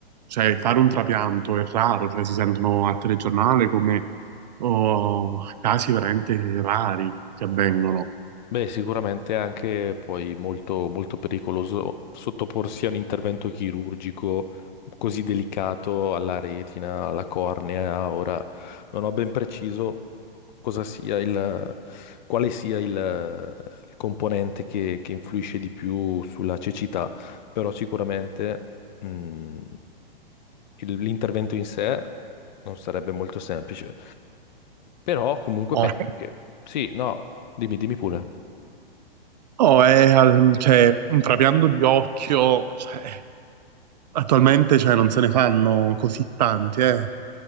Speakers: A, on the right (about 45°); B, on the left (about 50°).
A: Cioè, fare un trapianto è raro, cioè si sentono al telegiornale come o casi veramente rari che avvengono.
B: Beh, sicuramente è anche poi molto, molto pericoloso sottoporsi a un intervento chirurgico così delicato alla retina, alla cornea. Ora non ho ben preciso cosa sia il, quale sia il, il componente che, che influisce di più sulla cecità, però sicuramente mm, il- l'intervento in sé non sarebbe molto semplice. Però comunque
A: Eh,
B: penso che sì, no, dimmi, dimmi pure.
A: Oh, è al- cioè, un trapianto di occhio, cioè, attualmente cioè, non se ne fanno così tanti, eh.